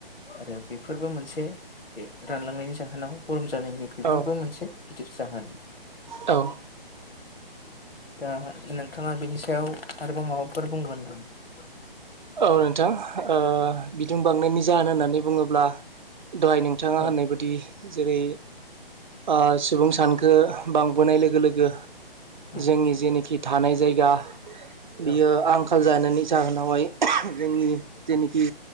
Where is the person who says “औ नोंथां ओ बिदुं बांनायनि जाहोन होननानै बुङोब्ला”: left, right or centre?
Right